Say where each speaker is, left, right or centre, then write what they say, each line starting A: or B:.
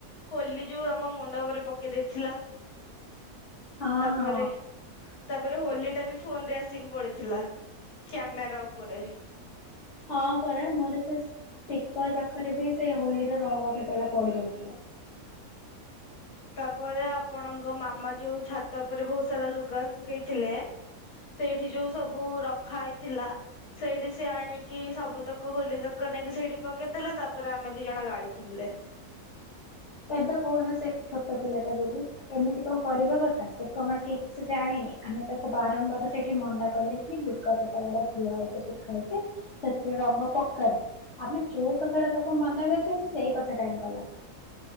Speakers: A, on the left; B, on the left.
A: ହୋଲି ଯୋଉ ଆମ ମୁଣ୍ଡ ଉପରେ ପକେଇ ଦେଇଥିଲା
B: ହଁ
A: ତାପରେ
B: ହଁ
A: ତାପରେ ହୋଲି ଟା ବି ଫୋନ ରେ ଆସିକି ପଡିଥିଲା କ୍ୟାମେରା ଉପରେ
B: ହଁ ପରା ମରିସେ ସ୍ପିକର ପାଖରେ ବି ସେ ହୋଲିର ରଙ୍ଗ କେତେଟା ପଡି ଯାଉଥିଲା
A: ତାପରେ ଆପଣଙ୍କ ମାମା ଯୋଉ ଛାତ ଉପରେ ବହୁତ ସାରା ଲୁଗା ଶୁଖେଇଥିଲେ ସେଇଠି ଯୋଉ ସବୁ ରଖା ହେଇଥିଲା ସେଇଠି ସି ଆଣିକି ସବୁତକ ହୋଲି ତକ ନେଇକି ସେଇଠି ପକେଇଦଲେ ତାପରେ ଆମେ ଦି ଜଣ ଗାଳି ଶୁଣିଲେ
B: ଏବେ କହୁନ ସେ ଛୋଟ ପିଲାଟା ବୋଲି ଏମିତି କଣ କରିବା କଥା ସେ କଣ ଠିକ ସେ ଜାଣିନି ଆମେ ତାକୁ ବାରମ୍ବାର ସେଇଠି ମନା କଲେ କି ଲୁଗାପଟା ଗୁଡା ଧୁଆ ହେଇକି ଶୁଖା ହେଇଛି ସେଥିରେ ରଙ୍ଗ ପକାନି ଆମେ ଯୋଉ କଥା ଟା ତାକୁ ମନା କରିଛେ ସେ ସେଇ କଥାଟା ହିଁ କଲା